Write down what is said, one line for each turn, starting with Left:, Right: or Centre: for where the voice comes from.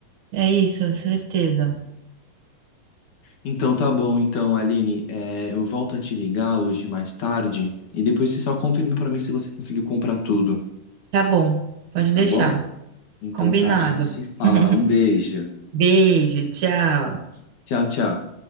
Right: É isso, certeza.
Left: Então, tá bom. Então, Aline, é, eu volto a te ligar hoje mais tarde e depois você só confirma pra mim se você conseguiu comprar tudo,
Right: Tá bom, pode
Left: tá
Right: deixar.
Left: bom? Então,
Right: Combinado.
Left: tá. A gente se fala.
Right: <laughs>
Left: Um beijo.
Right: Beijo, tchau.
Left: Tchau, tchau.